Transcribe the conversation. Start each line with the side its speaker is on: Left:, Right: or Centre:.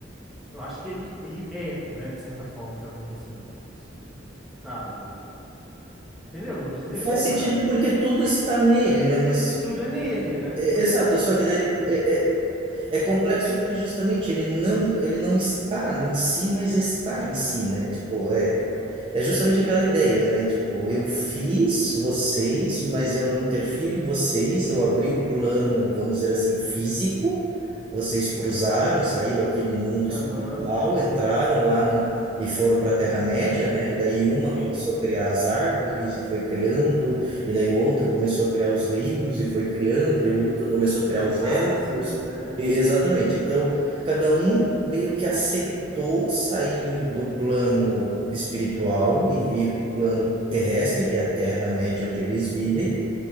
Centre: Eu acho que ele, ele é, né, de certa forma, os acontecimentos, sabe? Entendeu o que eu quis dizer,
Right: Faz
Centre: mais ou
Right: sentido
Centre: menos?
Right: porque tudo está nele, né? Mas
Centre: Tudo é nele, né? Tudo
Right: É,
Centre: acontece
Right: Exato, só que daí
Centre: nele.
Right: é, é, é complexo porque justamente ele não ele não está em si, mas está em si, né? Tipo, é, é justamente aquela ideia, né? Tipo, eu fiz vocês, mas eu não interfiro em vocês. Eu abri o plano, vamos dizer assim, físico. Vocês cruzaram, saíram aqui do mundo
Centre: Aham,
Right: espiritual, entraram lá no, e foram para a Terra-média, né? E daí uma
Centre: Sim,
Right: começou a criar as árvores e foi criando, e daí o outro começou a criar os rios e foi criando,
Centre: sim.
Right: e daí o outro começou a criar
Centre: E as
Right: os
Centre: raças,
Right: elfos.
Centre: é.
Right: E- exatamente. Então, Cada um meio que aceitou sair do plano espiritual e vir para o plano terrestre, que é a Terra-média onde eles vivem,